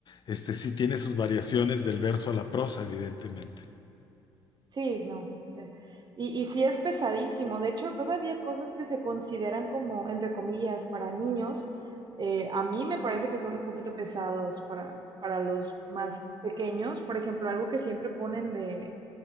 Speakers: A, on the left; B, on the right.
A: este sí tiene sus variaciones del verso a la prosa, evidentemente.
B: Sí, no. ya. Y, y sí es pesadísimo. De hecho, todavía cosas que se consideran como, entre comillas, para niños, eh, a mí me parece que son un poquito pesados para, para los más pequeños. Por ejemplo, algo que siempre ponen de,